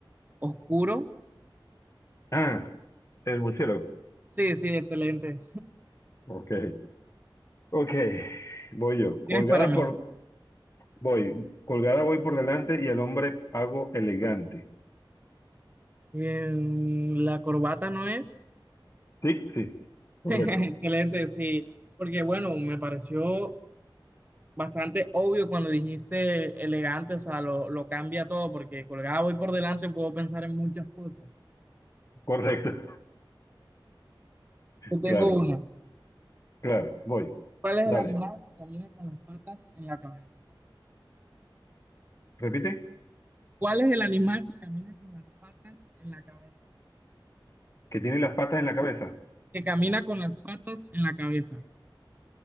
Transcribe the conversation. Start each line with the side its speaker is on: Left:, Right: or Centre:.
Right: oscuro
Left: Ah, el murciélago.
Right: Sí, sí, excelente.
Left: Ok, ok, voy yo.
Right: Tienes
Left: Colgada
Right: para mí.
Left: por, voy, colgada voy por delante y el hombre hago elegante.
Right: Em, la corbata no es.
Left: Sí, sí, correcto,
Right: <laughs> Excelente, sí. Porque bueno, me pareció bastante obvio cuando dijiste elegante, o sea, lo, lo cambia todo, porque colgado voy por delante puedo pensar en muchas cosas.
Left: correcto. <laughs>
Right: Yo tengo
Left: Claro,
Right: una.
Left: claro, voy.
Right: ¿Cuál es
Left: Dale,
Right: el animal que camina con las patas en la cabeza?
Left: repite.
Right: ¿Cuál es el animal que camina con las patas en la cabeza?
Left: Que tiene las patas en la cabeza.
Right: Que camina con las patas en la cabeza.